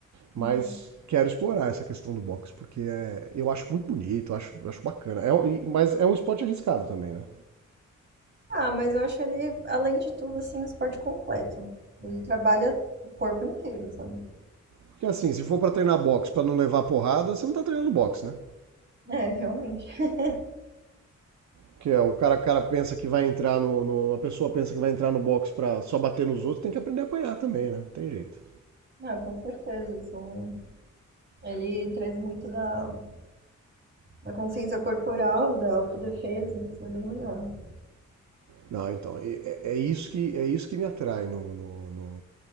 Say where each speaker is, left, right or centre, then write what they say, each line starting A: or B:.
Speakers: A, on the right; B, on the right.
A: Mas
B: Uhum.
A: quero explorar essa questão do boxe, porque é, eu acho muito bonito, eu acho, eu acho bacana. É, mas é um esporte arriscado também, né?
B: Ah, mas eu acho ele, além de tudo, assim, um esporte completo. Ele trabalha o corpo inteiro, sabe?
A: Porque assim, se for para treinar boxe para não levar porrada, você não tá treinando boxe, né?
B: É, realmente. <laughs>
A: Porque é, o cara, o cara pensa que vai entrar no, no- A pessoa pensa que vai entrar no boxe para só bater nos outros, tem que aprender a apanhar também, né? Não tem jeito.
B: Ah, com certeza, são Ele traz muito da, da consciência corporal, da autodefesa. Isso é bem legal.
A: Não, então, é, é isso, que, é isso que me atrai no, no, no,